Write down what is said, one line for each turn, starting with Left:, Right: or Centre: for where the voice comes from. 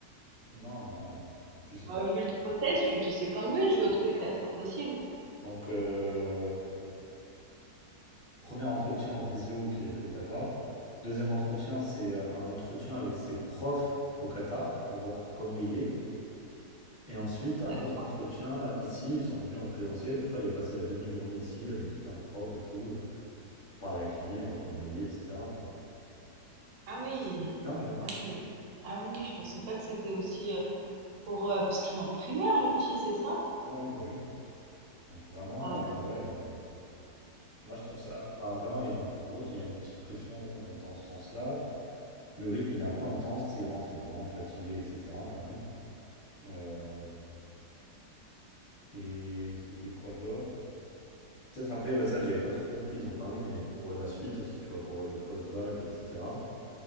Left: Non, non, je sais pas.
Right: Ouais, vu le process, tu te dis c'est Cambridge le truc là, c'est pas possible.
Left: Donc, euh, premier entretien en visio qu'il avait fait au Qatar. Deuxième entretien, c'est euh, un entretien avec ses profs au Qatar pour voir comment il est. Et ensuite, un
Right: D'accord.
Left: autre entretien euh, ici. Ils sont venus en présentiel. Je crois qu'il est passé la demi-journée ici avec différents profs et tout, euh, pour parler avec lui, voir comment il est, etc., quoi.
Right: Ah oui.
Left: C'est dingue, hein.
Right: Ah oui, ah oui, oui, je pensais pas que c'était aussi. euh, Pour, heu, parce qu'il est en primaire le petit, c'est ça?
Left: Ouais, ouais, bah oui. Donc vraiment,
Right: Ah
Left: euh,
Right: ouais,
Left: ouais, euh, moi je trouve ça. enfin, vraiment, il y a une gros, il y a une petite pression euh, dans ce sens-là. Le rythme, il est un peu intense, tu sais, il rentre, il est vraiment fatigué, etc. quand même. Euh, et c'était quoi d'autre? Peut-être après, ouais, ça, j'avais pas trop compris, ils ont parlé, mais pour euh, la suite aussi, tu vois, pour le post-bac, etc.